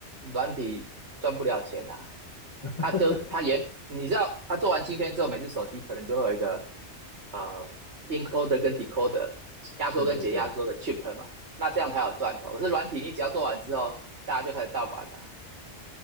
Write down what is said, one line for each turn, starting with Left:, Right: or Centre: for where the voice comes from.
Right: 软体赚不了钱啊，
Left: 嗯，
Right: 它就它也你知道，它做完晶片之后，每次手机可能就会有一个呃 encoder 跟 decoder
Left: <laughs>
Right: 压缩跟解压缩的
Left: 对对对，
Right: chip 嘛，那这样才有赚头。可是软体你只要做完之后，大家就开始盗版了。